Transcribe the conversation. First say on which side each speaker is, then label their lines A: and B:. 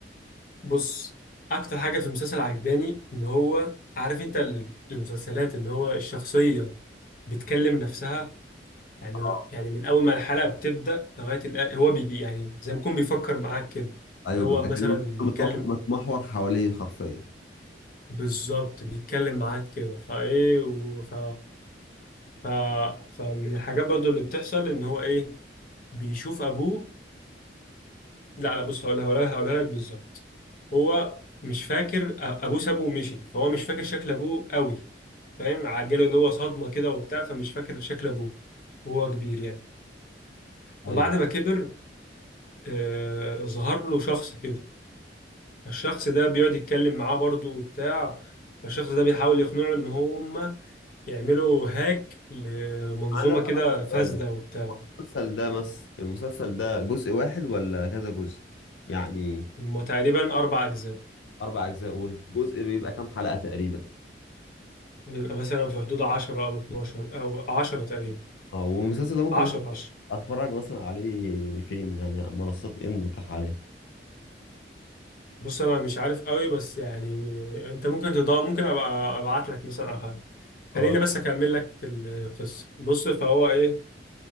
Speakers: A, on the left; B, on the left.
A: بص اكتر حاجة في المسلسل عجباني ان هو عارف انت ال- المسلسلات اللي هو الشخصية بتكلم نفسها يعني
B: اه
A: يعني من اول ما الحلقة بتبدأ لغاية الآن هو بيجي يعني زي ما يكون بيفكر معاك كده
B: ايوه
A: اللي هو
B: بالظبط يعني
A: مثلا
B: المسلسل
A: بيكلم
B: متوح- متمحور حواليه حرفيا
A: بالظبط بيتكلم معاك كده فايه وف ف... ف فمن الحاجات برضو اللي بتحصل ان هو ايه بيشوف ابوه لا لا بص هقول هقولها هقولها لك بالظبط هو مش فاكر أ- ابوه سابه ومشي فهو مش فاكر شكل ابوه قوي فاهم عجله اللي هو صدمه كده وبتاع فمش فاكر شكل ابوه وهو كبير يعني
B: ايوه
A: فبعد ما كبر آه ظهر له شخص كده فالشخص ده بيقعد يتكلم معاه برضه وبتاع فالشخص ده بيحاول يقنعه ان هم يعملوا هاك لمنظومه
B: انا ده
A: كده
B: بس
A: فاسده
B: سؤال.
A: وبتاع
B: المسلسل ده مس المسلسل ده جزء واحد ولا كذا جزء يعني
A: هم تقريبا اربع اجزاء
B: اربع اجزاء اقول جزء بيبقى كام حلقة تقريبا
A: بيبقى مثلا في حدود 10 او 12 او 10 تقريبا
B: اه والمسلسل ده ممكن
A: 10
B: مثلا
A: 10
B: اتفرج مثلا عليه فين يعني منصات ايه المتاحة عليه
A: بص انا مش عارف قوي بس يعني انت ممكن تضاء ممكن ابقى ابعت لك مثلا او حاجه
B: خلاص
A: خليني بس اكمل لك القصه بص فهو ايه